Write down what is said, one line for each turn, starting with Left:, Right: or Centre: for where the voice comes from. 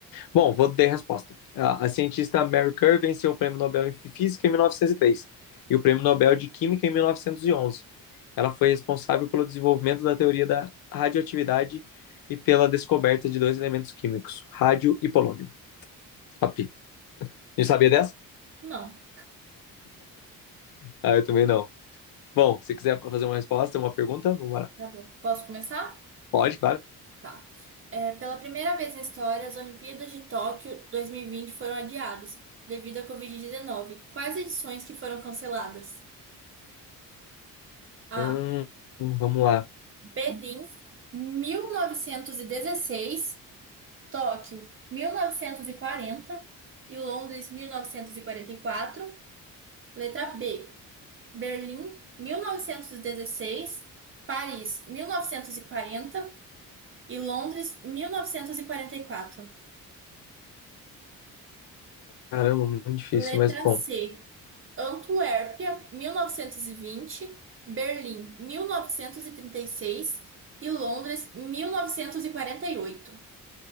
Left: Bom, vou dar a resposta. A, a cientista Mary Kerr venceu o Prêmio Nobel em Física em 1903 e três e o Prêmio Nobel de Química em 1911. Ela foi responsável pelo desenvolvimento da teoria da radioatividade e pela descoberta de dois elementos químicos, rádio e polônio. Top. Não sabia dessa?
Right: Não.
Left: Ah, eu também não. Bom, se quiser fazer uma resposta, uma pergunta, vamos lá.
Right: Tá bom. Posso começar?
Left: Pode, claro.
Right: Tá. É, pela primeira vez na história, as Olimpíadas de Tóquio 2020 foram adiadas devido à Covid-19. Quais edições que foram canceladas? A
Left: Hum, vamos lá.
Right: Berlim, 1916, Tóquio, mil novecentos e quarenta e Londres, mil novecentos e e quarenta e quatro, Letra B, Berlim, 1916, Paris, mil novecentos e quarenta e Londres, mil novecentos e e quarenta e quatro,
Left: Caramba, muito difícil,
Right: Letra
Left: mas bom.
Right: C, Antuérpia, 1920, Berlim, mil novecentos e trinta e e seis e Londres, mil novecentos e e quarenta e oito,